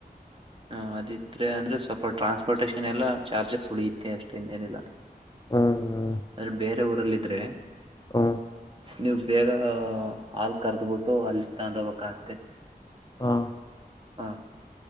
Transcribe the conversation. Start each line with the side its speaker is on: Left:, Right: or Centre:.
Right: ಹ್ಮ ಅದಿದ್ರೆ ಅಂದ್ರೆ ಸ್ವಲ್ಪ ಟ್ರಾನ್ಸ್ಪೋರ್ಟೇೇಶನ್ ಎಲ್ಲ ಚಾರ್ಜಸ್ ಉಳಿಯುತ್ತೆ ಅಷ್ಟೇಿಂದ ಏನಿಲ್ಲ
Left: ಹ್ಮ್
Right: ಅಲ್ ಬೇರೆ ಊರಲ್ಲಿದ್ರೆ.
Left: ಹ
Right: ನೀವು ಬೇಗ ಹಾಲ್ ಕರ್ದಬಿಟ್ಟು ಅಲ್ಲಿ ತಾಂಡ್ಬೇಕಾಗತ್ತೆ.
Left: ಹಾ.
Right: ಹಾ